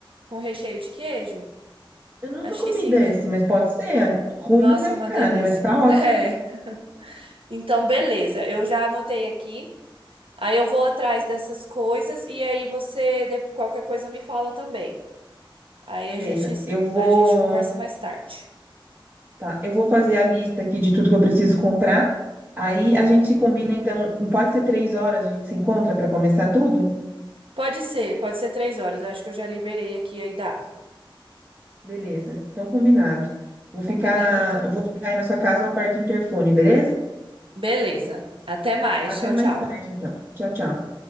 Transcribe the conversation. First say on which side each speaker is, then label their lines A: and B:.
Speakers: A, on the right; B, on the right.
A: Com recheio de queijo?
B: Eu nunca
A: Acho
B: comi
A: que sim,
B: desse,
A: né?
B: mas pode ser. Ruim
A: Nossa,
B: não vai
A: é
B: ficar,
A: uma delícia.
B: né? Vai ficar ótimo.
A: <laughs> É. Então, beleza. Eu já anotei aqui. Aí eu vou atrás dessas coisas e aí você, de- qualquer coisa, me fala também. Aí
B: Beleza.
A: a gente,
B: Eu vou.
A: a gente conversa mais tarde.
B: Tá, eu vou fazer a lista aqui de tudo que eu preciso comprar. Aí
A: Uhum.
B: a gente combina, então. Pode ser três horas, a gente se encontra para começar tudo?
A: Pode ser, pode ser três horas. Eu acho que eu já liberei aqui aí dá.
B: Beleza. Então, combinado. Vou
A: Combinado,
B: ficar.
A: então.
B: Eu vou chegar aí na sua casa, eu aperto o interfone, beleza?
A: Beleza. Até mais.
B: Até
A: Tchau,
B: mais
A: tchau.
B: tarde, então. Tchau, tchau.